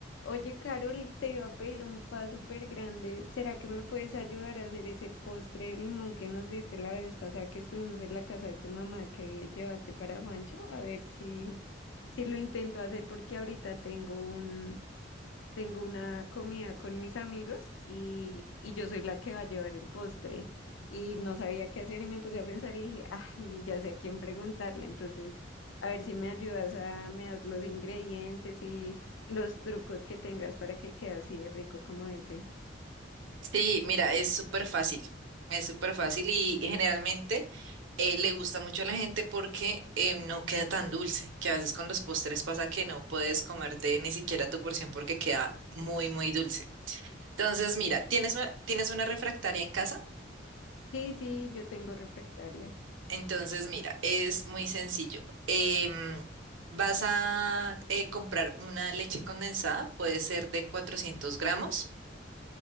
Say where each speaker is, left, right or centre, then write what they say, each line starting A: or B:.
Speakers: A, on the left (about 85°); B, on the right (about 80°).
A: Oye, Carol, te iba a pedir un fa súper grande. ¿Será que me puedes ayudar a hacer ese postre de limón que nos diste la vez pasada que estuvimos en la casa de tu mamá que llevaste para Juancho? A ver si, si lo intento hacer porque ahorita tengo un, tengo una comida con mis amigos y, y yo soy la que va a llevar el postre. Y no sabía qué hacer y me puse a pensar y dije, ay, ya sé a quién preguntarle. Entonces, a ver si me ayudas a, me das los ingredientes y los trucos que tengas para que quede así de rico como ese.
B: Sí, mira, es súper fácil, es súper fácil y generalmente eh, le gusta mucho a la gente porque eh, no queda tan dulce, que a veces con los postres pasa que no puedes comerte ni siquiera tu porción porque queda muy, muy dulce. Entonces,
A: Sí.
B: mira, ¿tienes una, tienes una refractaria en casa?
A: Sí, sí, yo tengo refractaria.
B: Entonces, mira, es muy sencillo. Em, vas a eh, comprar una leche condensada, puede ser de 400 gramos.